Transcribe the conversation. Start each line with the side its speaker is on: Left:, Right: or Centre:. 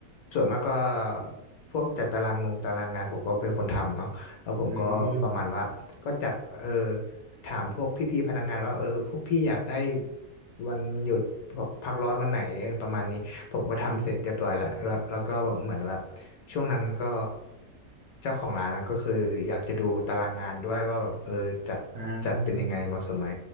Left: ส่วนมากก็พวกจัดตารางงงตารางงานผมก็เป็นคนทำเนาะแล้วผมก็ประมาณว่าก็จัดเออ
Right: อืม
Left: ถามพวกพี่ๆพนักงานว่าเออพวกพี่อยากได้วันหยุดพักร้อนวันไหนอประมาณนี้ผมก็ทำเสร็จเรียบร้อยละแล้วแล้วก็แบบเหมือนแบบ
Right: อือหือ
Left: ช่วงนั้นก็เจ้าของร้านอะก็คืออยากจะดูตารางงานด้วยว่าแบบเออจัดจัดเป็นยังไงเหมาะสมไหม
Right: อ่า